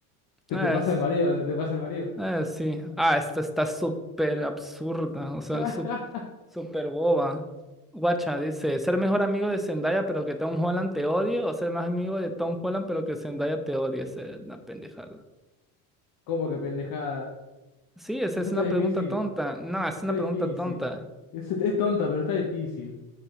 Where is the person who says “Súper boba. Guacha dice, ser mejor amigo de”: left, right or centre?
Centre